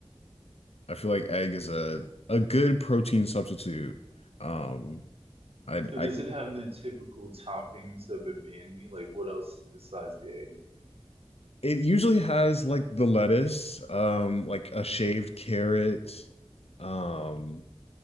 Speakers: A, on the left; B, on the right.
A: I feel like egg is a a good protein substitute. Um I
B: So
A: I
B: does it have the typical toppings of a banh mi? Like what else besides the egg? do you-
A: it usually has like the lettuce, um like a shaved carrot. Um